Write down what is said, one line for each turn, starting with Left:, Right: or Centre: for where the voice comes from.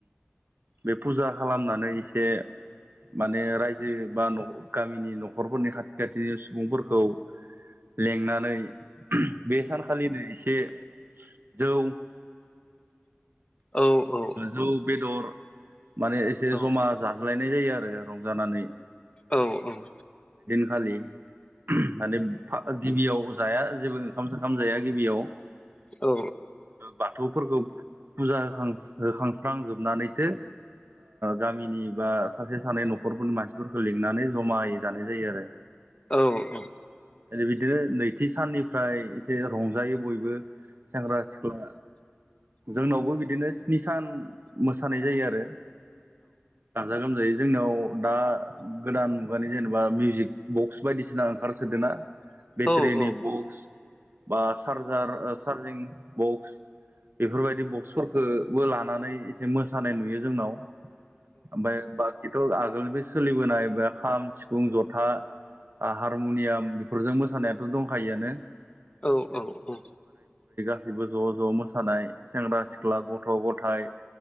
Right: बे फुजा खालामनानै एसे माने रायजो बा गामिनि न'खरफोरनि खाथि खथि सुबुंफोरखौ लेंनानै बे सानखालिनो एसे जौ
Left: औ औ
Right: जौ बेदर माने एसे
Left: औ
Right: जमा जाज्लायनाय जायो आरो रंजानानै
Left: औ - औ
Right: खालि माने गिबियाव जाया जेबो ओंखाम सोमखाम जाया गिबियाव
Left: औ
Right: बाथौफोरखौ फुजा होखां होखांस्रांजोबनानैसो गामिनि बा सासे सानै न'खरफोरनि मानसिफोरखौ लिंनानै जमाय जानाय जायो आरो
Left: औ - औ
Right: ओै बिदिनो नैथि साननिफ्राय एसे रंजायो बयबो सेंग्रा सिख्ला जोंनावबो बिदिनो सि सान मोसानाय जायो आरो गाजा गोमजायै जोंनियाव दा गोदान मुगानि जेनेबा मिउजिक बक्स बायदिसिना ओंखारसोदों ना
Left: औ
Right: बेथ्रिनि बुक्स बा चारजार चार्जिं बक्स बेफोरबायदि बक्सफोरफोरखौबो लानानै मोसानाय नुयो जोंनाव ओमफ्राय बाखिथ' आगोलनिफ्राय सोलिबोनाय बे खाम सिफुं जथा हारमुनियाम बेफोरजों मोसानायाथ' दंखायोआनो
Left: औ - औ - औ
Right: गाैबो ज' ज' मोसानाय सेंग्रा सिख्ला गथ' गथाय